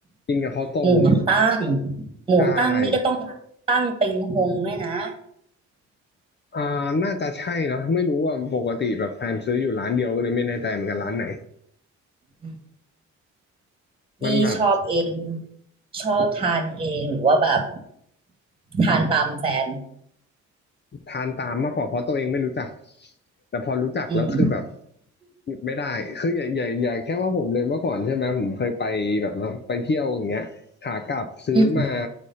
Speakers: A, on the left; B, on the right.
A: กินกับข้าวต้ม
B: หมูตั้ง หมูตั้งนี่ก็ต้องร้านตั้งเป็งฮงด้วยนะ
A: ใช่อ่าน่าจะใช่นะไม่รู้ว่าปกติแบบแฟนซื้ออยู่ร้านเดียวก็เลยไม่แน่ใจเหมือนกันร้านไหน
B: อืมนี่ชอบเอง
A: มันแบบ
B: ชอบทานเองหรือว่าแบบทานตามแฟน
A: ทานตามมากกว่าเพราะตัวเองไม่รู้จักแต่พอรู้จักแล้วคือแบบ
B: อืม
A: หยุดไม่ได้คืออย่าอย่าอย่าแค่ว่าผมเลยเมื่อก่อนใช่ไหมผมเคยไปแบบว่าไปเที่ยวอย่างเงี้ยขากลับซื้อมา
B: อืม